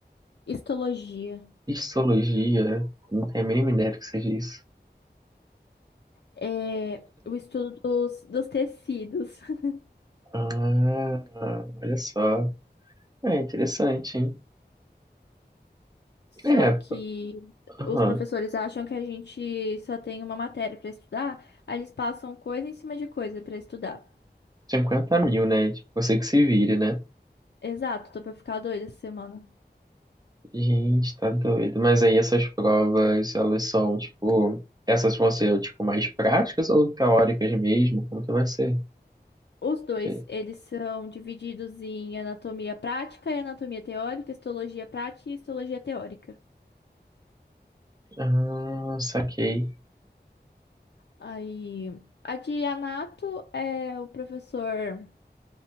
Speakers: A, on the left (about 80°); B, on the right (about 20°).
A: histologia,
B: Histologia? Não tenho a mínima ideia do que seja isso.
A: é, o estudo dos, dos tecidos, <laughs>
B: Ah, olha só. É interessante, hein?
A: só
B: É,
A: que
B: aham.
A: os professores acham que a gente só tem uma matéria pra estudar, aí eles passam coisa em cima de coisa pra estudar.
B: cinquenta mil, né? Tipo, você que se vire, né?
A: Exato, tô pra ficar doida essa semana.
B: Gente, tá doido. Mas aí essas provas, elas são, tipo, essas vão ser, tipo, mais práticas ou teóricas mesmo? Como que vai ser?
A: Os dois,
B: Que-
A: eles são divididos em anatomia prática e anatomia teórica, histologia prática e histologia teórica.
B: Ah, saquei.
A: Aí, a de anato é o professor